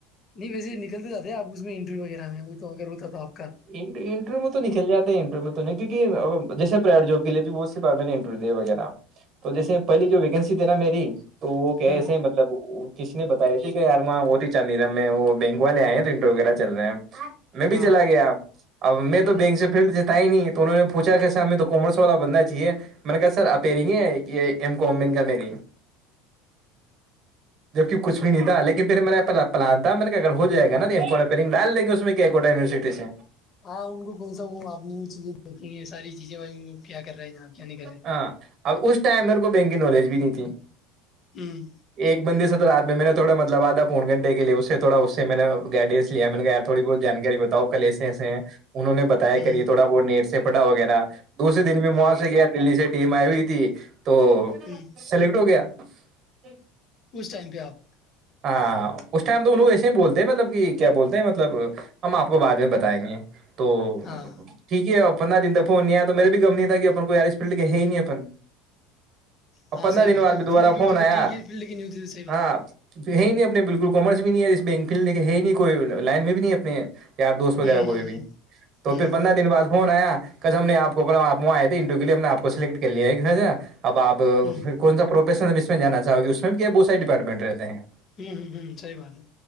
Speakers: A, on the left (about 30°); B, on the right (about 40°).
A: نہیں ویسے نکل د آ اس میں انٹرویو وغیرہ ہے وہ تو اگر ہوتا تو آپ کا
B: انٹرویو میں تو نہیںکل جاتے ہے انٹرویو میں تو نہیں کیونک یہ ا جیسے پرائیویٹ جب کے لیے بھی بہت سی بار میں نے انٹرویو دیے وغیرہ تو جیس پہلی جو ویکینسیھی نا میری تو وہ
A: ہوں
B: کیسے مطلب کسی نے بتاائی تھی کہ ارماں وہ تھی چاندی رام میں وہ بینک والے آئے ہیں تو انٹر وغیرہ چل رہے ہیں میں بھی
A: ہاں
B: چلا گیا اب میں
A: ہوں
B: تو بینک سے فیلڈ ت ہی نہیں تو انہوں نے پوچھا کہ سا ہم میں تو کومرس والا بندہ چاہیے میں نے کہا سر آ پییر گ یہ ایم کومین کا مری جبک کچھ بھی نہیں تھا لیکن پھر میں نے پ پلان تھا میں اگر ہو جائے گا رینگ ڈالیں گے اس میں کوا یوورسٹی سے
A: ہاں ان کو کون سا وہ آپ نے وہ چیزیں دیکھی ہیں ساری چیزیں ب کیا کر رہا ہے جناب کیا نہیں کر رہے
B: ہاں اب اس ٹائم میںیرے کو بینکنگ نالج بھی نہیں تھی
A: ہوں
B: ایک بندی س توات میں نے تھوا مطلب آد تھا پون گھنٹ کے لیے اس سے تھوڑا اس سے میں نے گائیڈنس لیا میں نے یاروڑی بہت جانکاری بتاؤ کل ایسےسے ہیں انہوں نے بتایا
A: ہوں
B: کری یہ تھوڑا بہت نیٹ سے کپڑا وغیرہ دوسرے دن میں
A: ہاں
B: مو دلی سے ٹیم آئیئی تھی تو
A: ہوں
B: سلیکٹ ہو گیا جی
A: اس ٹائم پہ آپ
B: ہاں اس ٹائم تو ان لوگ ایسے ہی بولتے ہیں مطلب کہ کیا بولتے ہیں مطلب ہم آپ کو بع میں بتائیں گے تو
A: ہاں
B: ٹھیک ہے اب پندرہ دنک فون نہیں آیا تو میر بھی گم نہیں تھا کہ اپ کوئی ایسپلٹ کے ہے ہی نہیں اپن
A: ہاں
B: اور پندرہ
A: صح
B: دن
A: بات
B: بعد
A: ہے وہ
B: بھی
A: فلڈ
B: دوبارہ
A: کی ہوتیتے
B: فون
A: تو
B: آیا
A: ٹھیک ہے فلڈ کی نہیں ہوتی تو صحی بات
B: ہاں
A: ہے
B: ہے ہی نہیں اپنے بالکل کامرس بھی نہیں ہے اس بینک فیلڈ ل ہے ہی نہیں کوئی لائن میں بھی نہیں اپنے یار دوست وغیرہ
A: ہوں
B: کوئی بھی تو
A: ہوں
B: پھر پندرہ دن بعد فون آیا ک ہم نے آپ کو پڑ آپ وہاں آئے تھے انٹرو کےے ہم آپ کو سلیکٹ کر لیا ہے ایک گھرا اب آپ
A: ہوں
B: کون سا پروفیشن اس میں جانا چاہو گے کیا بہ ساری ڈپارٹمٹ رہ ہیں <inaudible>
A: ہوں ہ ہوں سحی بات ہے